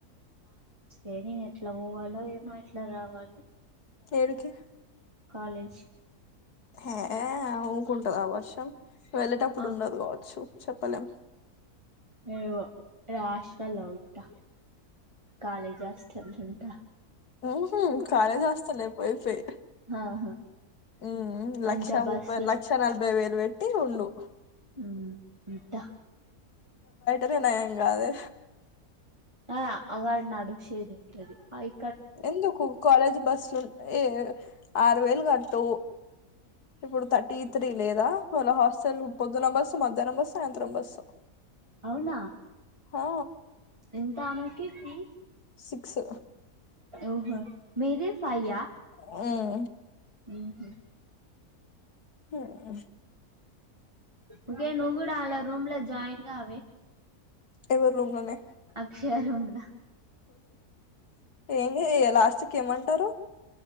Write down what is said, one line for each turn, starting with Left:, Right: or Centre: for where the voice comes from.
Right: ఏ నేన్ ఎట్ల పోవాలో ఏమో ఎట్ల రావాలో
Left: ఎడికి
Right: కాలేజ్
Left: హే ఆ ఊకుంటదా వర్షం వెళ్ళేటప్పుడు
Right: ఆ
Left: ఉండదు కావచ్చు చెప్పలేం
Right: ఏమో నేన్ హాస్టల్ లో ఉంటా కాలేజ్ హాస్టలుంటా
Left: ఉమ్ హ్మ్ కాలేజ్ హాస్టలే పోయి పోయి
Right: ఆహా
Left: ఉమ్ ఉ
Right: మంచిగా
Left: లక్ష
Right: బస్ల
Left: ముప్పై లక్ష నలభై వేలు వేట్టి ఉండు
Right: ఉమ్ ఉంఠ
Left: తేన ఎం గాథే
Right: ఆ అగాద్నాడు శేదుంటది అయి
Left: ఎందుకు కాలేజి బస్ నున్ ఏ ఆరు వేలు కట్టు ఇప్పుడు థర్టీ త్రీ లేదా హోల హాస్టల్ పొద్దున బస్సు మధ్యానం బస్సు సాయంత్రం బస్సు
Right: అవునా
Left: హా
Right: ఎంత ఆమెకి ఫీ
Left: సిక్స్
Right: ఓహ్ మిది ఫైయా
Left: ఉమ్మ్
Right: హ్మ్ హు
Left: హుమ్
Right: ఓకే నువ్ గుడ అల్ల రూమ్లో జాయిన్ గావే
Left: ఎవర్ రూమ్లోనే
Right: అక్షయ రూమ్ల
Left: ఎంగే ఇగ లాస్ట్క్ ఏమంటరు